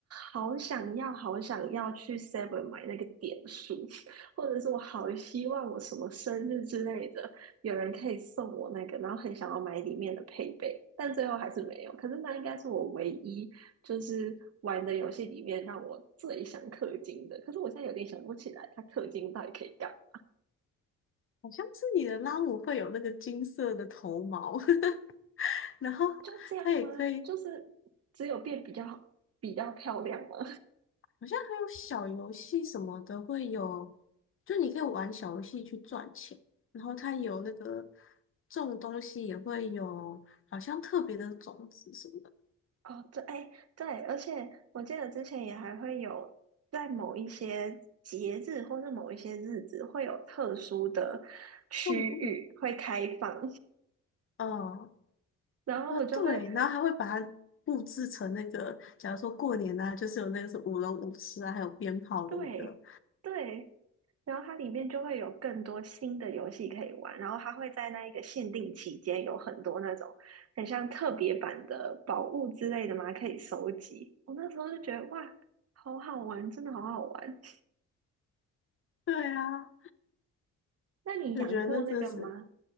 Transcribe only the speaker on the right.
好想要好想要去 Seven 买那个点数，<laughs> 或者是我好希望我什么生日之类的，有人可以送我那个，然后很想要买里面的配备，但最后还是没有。可是那应该是我唯一。就是玩的游戏里面让我最想氪金的，可是我现在有点想不起来，它氪金到底可以干嘛？
就这样吗？就是只有变比较好，比较漂亮吗？
<laughs> 哦，对，哎，对，而且我记得之前也还会有在某一些节日或是某一些日子会有特殊的区域会开放，
<laughs> 然后我就会
对对，然后它里面就会有更多新的游戏可以玩，然后它会在那一个限定期间有很多那种很像特别版的宝物之类的嘛，可以收集。我那时候就觉得哇，好好玩，真的好好玩。
那你养过那个吗？